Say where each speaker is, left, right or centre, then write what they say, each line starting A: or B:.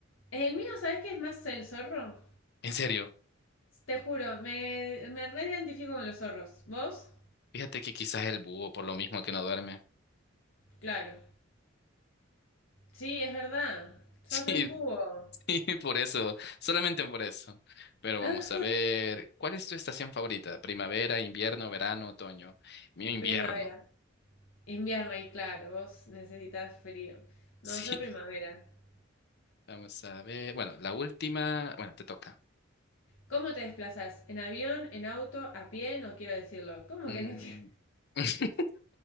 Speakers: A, on the left; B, on the left.
A: El mío, ¿sabes qué es más el zorro?
B: En serio.
A: Te juro, me, me reidentifico con los zorros. ¿Vos?
B: Fíjate que quizás el búho, por lo mismo que no duerme. <laughs>
A: Claro. Sí, es verdad. Sos
B: Sí,
A: re un búho.
B: sí, por eso, solamente por eso. Pero
A: <laughs>
B: vamos a ver, ¿cuál es tu estación favorita? ¿Primavera, invierno, verano, otoño? Mío, invierno.
A: Primavera. Invierno, y claro, vos necesitas frío. No,
B: <laughs>
A: yo primavera.
B: Sí, Vamos a ver. Bueno, la última. Bueno, te toca.
A: ¿Cómo te desplazás? ¿En avión, en auto, a pie? No quiero decirlo. ¿Cómo
B: Mm,
A: que no quiero?
B: <laughs>